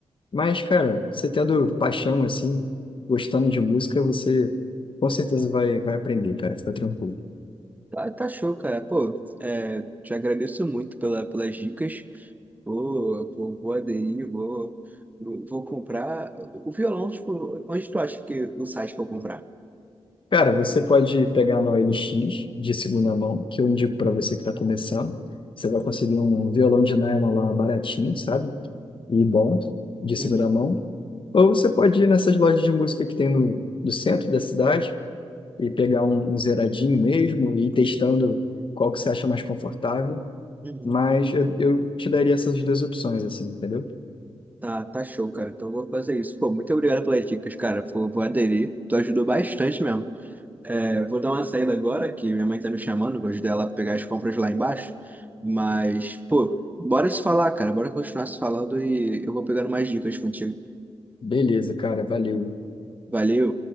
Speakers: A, on the left (about 55°); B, on the right (about 15°).
A: Mas, cara, você tendo paixão assim, gostando de música, você com certeza vai, vai aprender, cara. Fica tranquilo.
B: Tá, tá show, cara. Pô, é, te agradeço muito pela, pelas dicas. Vou, vou, vou aderir, vou, vou vou comprar. O violão, tipo, onde tu acha que o site que eu comprar?
A: Cara, você pode pegar na O L x de segunda mão, que eu indico para você que está começando. Você vai conseguir um violão de nylon lá baratinho, sabe? E bom, de segunda
B: Uhum,
A: mão. Ou você pode ir nessas lojas de música que tem no, no centro da cidade e pegar um, um zeradinho mesmo e ir testando qual que você acha mais confortável.
B: uhum.
A: Mas eu, eu te daria essas duas opções, assim, entendeu?
B: Tá, tá show, cara. Então eu vou fazer isso. Pô, muito obrigado pelas dicas, cara. Vou, vou aderir. Tu ajudou bastante mesmo. É, vou dar uma saída agora, que minha mãe tá me chamando. Vou ajudar ela a pegar as compras lá embaixo. Mas, pô, bora se falar, cara. Bora continuar se falando e eu vou pegando mais dicas contigo.
A: Beleza, cara, valeu.
B: Valeu.